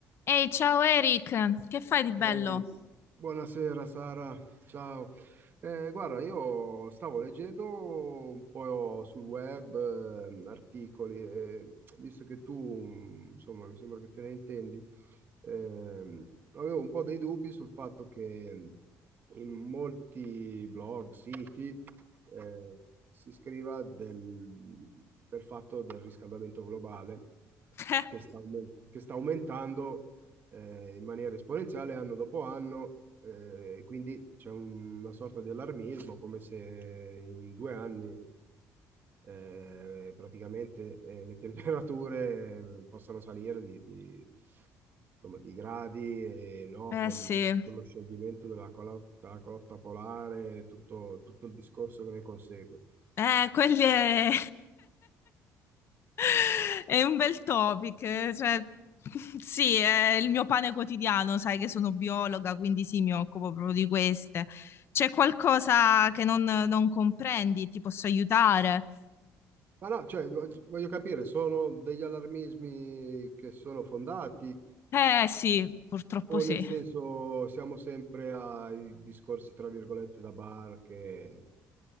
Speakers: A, on the left; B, on the right.
A: Ehi, ciao Eric, che fai di bello?
B: Ehi, buonasera Sara, ciao. Eh, guarda, io stavo leggendo un po' sul web eh, articoli e visto che tu, insomma, mi sembra che te ne intendi, ehm, avevo un po' dei dubbi sul fatto che in molti blog, siti, eh, si scriva del, del fatto del riscaldamento globale
A: <laughs>
B: che sta, aumen- che sta aumentando eh, in maniera esponenziale anno dopo anno, eh, quindi c'è un- una sorta di allarmismo, come se in due anni eh, praticamente eh, le temperature eh, possano salire di, di- insomma, di gradi, e, no,
A: Eh
B: col-
A: eh sì,
B: con lo scioglimento della, colo- della calotta polare, tutto, tutto il discorso che ne consegue.
A: eh, quelli è... <laughs> è un bel topic, eh, cioè <laughs> sì, è il mio pane quotidiano, sai che sono biologa, quindi sì, mi occupo proprio di queste. C'è qualcosa che non, non comprendi, ti posso aiutare?
B: Ma no, cioè, vog- voglio capire, sono degli allarmismi che sono fondati
A: Eh sì, purtroppo
B: O
A: sì.
B: nel senso, siamo sempre ai discorsi, tra virgolette, da bar che...